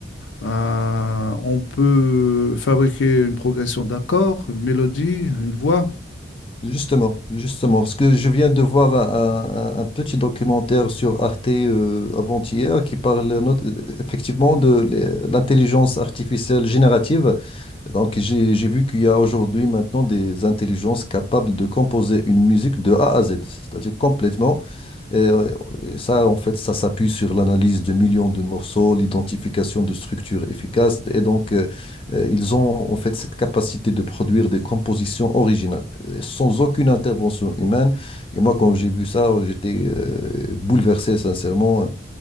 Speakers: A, on the left; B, on the left.
A: euh, on peut fabriquer une progression d'accords, une mélodie, une voix.
B: Justement, justement, parce que je viens de voir un, un- un- petit documentaire sur Arte euh, avant-hier qui parle not- euh, effectivement de l'e- l'intelligence artificielle générative. Donc, j'ai, j'ai vu qu'il y a aujourd'hui maintenant des intelligences capables de composer une musique de A à Z, c'est-à-dire complètement. Et, euh, et ça, en fait, ça s'appuie sur l'analyse de millions de morceaux, l'identification de structures efficaces. Et donc, euh, euh, ils ont en fait cette capacité de produire des compositions originales, euh, sans aucune intervention humaine. Et moi, quand j'ai vu ça, j'étais euh, bouleversé, sincèrement.